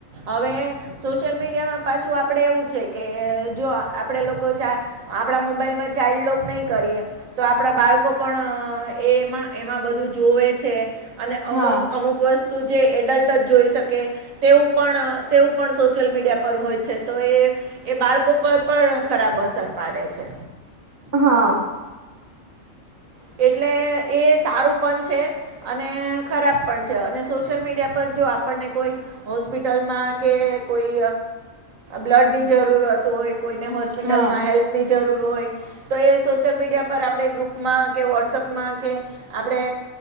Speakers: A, on the right (about 75°); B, on the right (about 20°).
A: હવે, સોશિયલ મીડિયામાં પાછું આપડે એવું છે કે જો આપણેે લોકો, આપણા મોબાઈલમાં ચાઇલ્ડ લોક નહીં કરીએ, તો આપણા બાળકો પણ એમાં એમાં બધું જોવે છે અને અમુક
B: હા
A: અમુક વસ્તુ જે એડલ્ટ જ જોઈ શકે તેવુ પણ તેવું પણ સોશિયલ મીડિયા પર હોય છે તો એ બાળકો ઉપર પણ ખરાબ અસર પાડે છે.
B: હા.
A: એટલે, એ સારું પણ છે અને ખરાબ પણ છે અને સોશિયલ મીડિયા પર જો આપણને કોઈ હોસ્પિટલમાં કે કોઈ બ્લડની જરૂરત હોય કોઈને હોસ્પિટલમાં
B: હા
A: હેલ્પની જરૂર હોય તો એ સોશિયલ મીડિયા પર આપણે ગ્રુપમાં કે વોટ્સઅપમાં કે આપણે